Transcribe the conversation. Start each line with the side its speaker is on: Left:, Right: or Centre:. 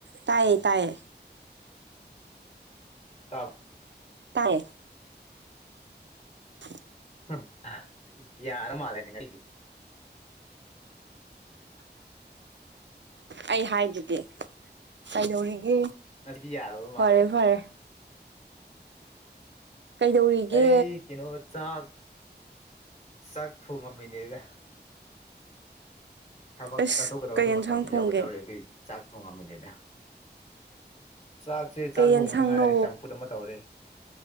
Right: ꯇꯥꯏꯌꯦ ꯇꯥꯏꯌꯦ
Left: ꯇꯥ
Right: ꯇꯥꯏꯌꯦ <inaudible>
Left: ꯎꯝ ꯌꯥꯔ ꯃꯥꯜꯂꯦ ꯉꯁꯤꯗꯤ
Right: ꯑꯩ ꯍꯥꯏꯗꯨꯗꯤ ꯀꯩꯗꯧꯔꯤꯒꯦ
Left: ꯅꯪꯗꯤ ꯌꯥꯔꯕ ꯃꯥꯜꯂꯦ
Right: ꯐꯔꯦ ꯐꯔꯦ ꯀꯩꯗꯧꯔꯤꯒꯦ
Left: ꯑꯩ ꯀꯩꯅꯣ ꯆꯥꯛ ꯆꯥꯛ ꯊꯣꯡꯉꯝꯃꯤꯅꯦꯒ ꯊꯕꯛ
Right: ꯑꯁ
Left: ꯆꯠꯊꯣꯛꯀꯗꯕꯁꯨ
Right: ꯀꯩ ꯌꯦꯟꯁꯥꯡ
Left: ꯃꯇꯝ
Right: ꯊꯣꯡꯒꯦ
Left: ꯌꯧꯒꯗꯧꯔꯦ ꯑꯗꯨꯏ ꯆꯥꯛ ꯊꯣꯡꯉꯝꯕꯅꯤꯗ ꯆꯥꯛꯁꯦ ꯆꯥꯛ
Right: ꯀꯩ ꯌꯦꯟꯁꯥꯡꯅꯣ
Left: ꯊꯣꯡꯕꯗ ꯉꯥꯏꯔꯦ ꯆꯝꯐꯨꯠ ꯑꯃ ꯇꯧꯔꯦ